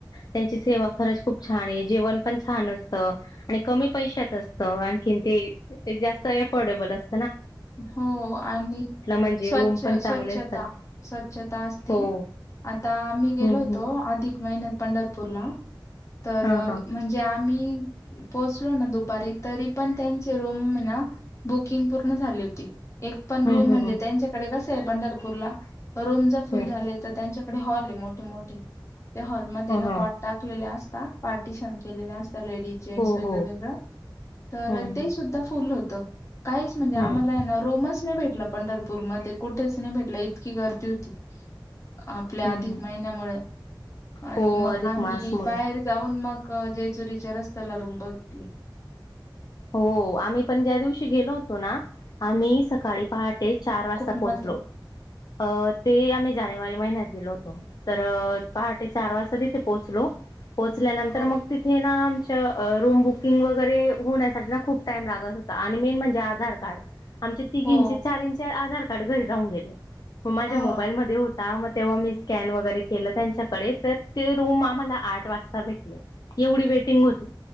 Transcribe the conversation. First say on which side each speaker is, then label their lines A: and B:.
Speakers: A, on the left; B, on the left.
A: त्यांची सेवा खरच खूप छान आहे जेवण पण छान असतं. आणि कमी पैशात असत आणखी ते जास्त अफोर्डेबल असत.
B: हो आणि
A: म्हणजे
B: स्व्छ
A: रूम पण चांगले
B: स्वच्छता
A: असतात.
B: स्वच्छता असती
A: हो
B: आता आम्ही गेलो
A: हम्म
B: होतो
A: हम्म
B: अधिक महिन्यात. पंढरपूरला. तर
A: हा हा
B: म्हणजे आम मी पोहोचलो ना दुपारी तरी पण त्यांचे रूमे ना रूम बुक. किंग पूर्ण झाली होती, एक पण
A: हम्म
B: रूम म्हणजे
A: हम्म हम्म
B: त्यांच्याकडे कसय पंढरपूरला. रूम जर फुल
A: ह
B: झाले तर त्यांच्या इकडे हॉल आहे मोठी मोठी. त्या हॉलमध्येध्ये ना
A: ह
B: कॉट टाकलेले असत. पार्टीशन केलेले अस लेडीज जेंट्स
A: हो हो
B: वेगळ
A: हो हो
B: वेगळं तर
A: हम्म हम्म
B: ते सुद्धा फुल होत. होतं काही मला
A: हम्म
B: आहे ना रोमच नाही भेटला पंढरपूर मध्ये. कुठेच नाही भेटला इतकी गर्दी होती. आपल्या अधिक
A: हम्म
B: महिन्यामुळे आणि
A: हो
B: मग
A: अधिक
B: आम्ही
A: मासमुळे
B: बाहेर जाऊन मग. जेजुरीच्या रस्त्याला रूम बघली.
A: हो आम्ही पण ज्या दिवशी गेलो होतो ना आम्ही सकाळी पहाट ते चार वाजता
B: खूप महत्व
A: पोहोचलो. अ ते आम्ही जानेवारी महिन्यात गेलो होतो तर तर पहाटे चार वाजता त ते पोहोचलो. पोचल्यानंतर
B: हो
A: मग तिथे ना रूम बुकिंग वगैरे होण्यासाठी खूप टाम लागत होता आणि मेन म्हणजे आधार कार्ड. आमचे तिघींचे
B: हो
A: चारंचे आधार काड घरी राहून गेले. मग माझ्या
B: हो
A: मोबाईलमध्ये होता म तेव्हा मी स्कॅन वगैरे केलं त्यांच्याकडे तर ते रूम आम्हाला आठ वाजता भेटले. एवढी वेटिंग होती